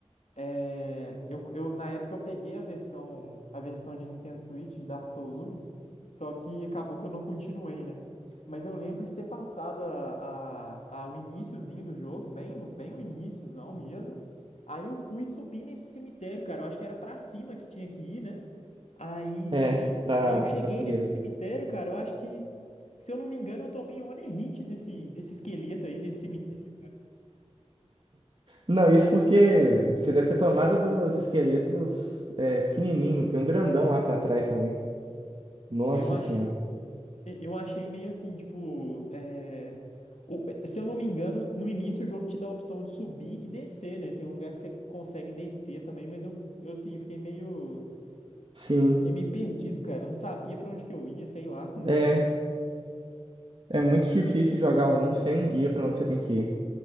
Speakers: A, on the left (about 80°); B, on the right (about 50°).
A: É, eu, eu, na época eu peguei a versão, a versão de Nintendo Switch de Dark Souls um, só que acabou que eu não continuei, né? Mas eu lembro de ter passado a, a, a, o iniciozinho do jogo, bem, bem o iniciozão mesmo. Aí eu fui subir nesse cemitério, cara. Eu acho que era pra cima que tinha que ir, né? Aí,
B: É, pra,
A: aí eu cheguei
B: pra fogueira.
A: nesse cemitério, cara. Eu acho que, se eu não me engano, eu tomei um onerite desse, desse esqueleto aí, desse cemitério.
B: Não, isso porque você deve ter tomado dos esqueletos é, pequenininho. Tem um grandão lá pra trás também. Nossa
A: É, Eu achei,
B: senhora.
A: eu achei meio assim, tipo, é, o- se eu não me engano, no início o jogo te dá a opção de subir e de descer, né? Tem um lugar que você consegue descer também, mas eu, eu assim, fiquei meio,
B: Sim,
A: fiquei meio perdido, cara. Eu não sabia pra onde que eu ia, sei lá. Não,
B: é.
A: não...
B: É muito difícil jogar um sem um guia pra onde você tem que ir.